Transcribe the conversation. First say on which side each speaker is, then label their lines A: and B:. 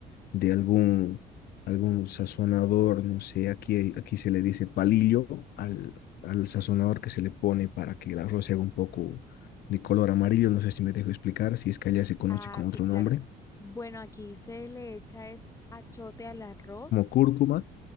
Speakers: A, on the left; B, on the left.
A: de algún, algún sazonador, no sé, aquí, hay- aquí se le dice palillo al, al sazonador que se le pone para que el arroz se haga un poco de color amarillo, no sé si me dejo explicar, si es que allá se conoce
B: Ah,
A: con
B: sí,
A: otro
B: claro.
A: nombre,
B: Bueno, aquí se le echa es achote al arroz.
A: como cúrcuma